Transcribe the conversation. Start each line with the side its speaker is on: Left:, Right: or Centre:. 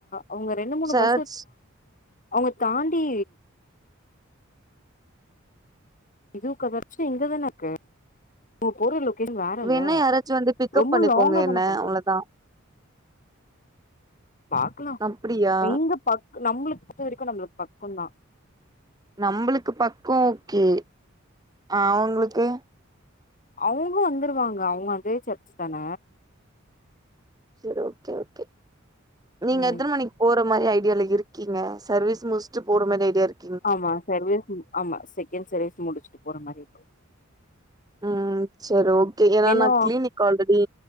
Left: அவ்ங்க ரெண்டு மூணு
Right: சர்ச்
Left: பஸ் அவ்ங்க தாண்டி இதுவு கதர்ச்சி இங்கதான இருக்கு ஓ பொருளு செரி வேறல்ல
Right: வேணா யாராச்சும் வந்து பிக்கப்
Left: ரொம்ப
Right: பண்ணிக்கோங்க
Left: லாங்கா
Right: என்ன,
Left: தான பண்றோ
Right: அவ்வளோதான்.
Left: பாக்லா
Right: அப்படியா?
Left: எங்க பக்நம்ளுக்கு பொருத்தவரக்யு நம்ளுக்கு பக்கொதா
Right: நம்ளுக்கு பக்கொ ஓகே அ அவ்ங்ளுக்கு
Left: அவ்ங்குளு வந்துருவாங்க அவ்ங்க அதே சர்ச்சு தான
Right: செரி ஓகே ஓகே நீங்க
Left: ம்
Right: எத்தன மணிக் போற மாரி ஐடியால இருக்கீங்க சர்வீஸ் முஸ்டு போற மாரி ஐடியா இருக்
Left: ஆமா சர்வீஸ் ஆமா செகண்ட் சர்வீஸ் முடிச்சுட்டு போற மாரி இருக்
Right: ம் செரி ஓகே ஏனா
Left: ஏன்னா
Right: னா கிளினிக் ஆல்ரெடி